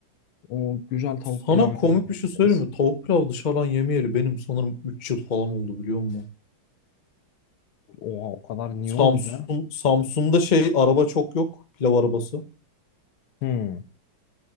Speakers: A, on the left; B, on the left.
A: O güzel tavuk
B: Sana
A: pilavcıma
B: komik
A: gideriz.
B: bir şey söyleyeyim mi? Tavuk pilav dışarıdan yemeyeli benim sanırım 3 yıl falan oldu biliyor musun?
A: Oha o kadar niye
B: Samsun,
A: oldu be?
B: Samsun'da şey araba çok yok. Pilav arabası.
A: Hmm,